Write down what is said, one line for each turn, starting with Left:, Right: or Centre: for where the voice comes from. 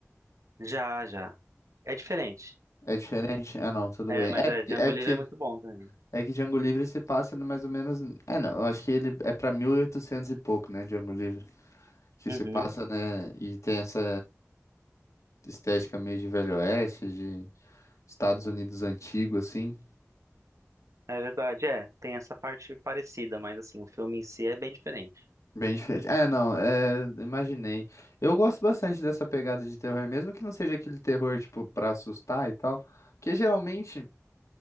Right: Já, já. É diferente.
Left: É diferente? Ah, não, tudo
Right: É,
Left: bem.
Right: mas
Left: É
Right: é,
Left: porque,
Right: Django
Left: é porque
Right: Livre é muito bom também.
Left: É que Django Livre se passa no mais ou menos. É, não, eu acho que ele é pra 1800 e oitocentos e pouco, né? Django Livre. Que
Right: Uhum.
Left: se passa, né? E tem essa estética meio de Velho Oeste, de Estados Unidos antigo, assim.
Right: É verdade, é. Tem essa parte parecida, mas assim, o filme em si é bem diferente.
Left: Bem diferente. É, não, é, imaginei. Eu gosto bastante dessa pegada de terror, mesmo que não seja aquele terror, tipo, pra assustar e tal. Porque geralmente.